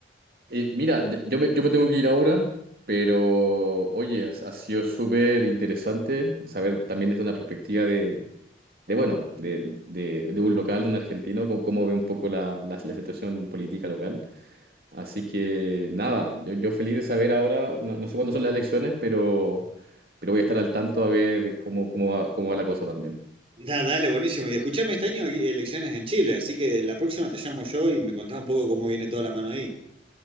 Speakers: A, on the right; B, on the right.
A: Eh, mira, de- yo me, yo me tengo que ir ahora, pero oye, ha, ha sido súper interesante saber también desde una perspectiva de, de bueno, de, de, de un local, de un argentino, cómo, cómo ve un poco la, la la situación política local. Así que nada, yo, yo feliz de saber ahora, no, no sé cuándo son las elecciones, pero, pero voy a estar al tanto a ver cómo, cómo va, cómo va la cosa también.
B: Nah, dale, buenísimo. Y escuchame, este año hay elecciones en Chile, así que la próxima te llamo yo y me contás un poco cómo viene toda la mano ahí.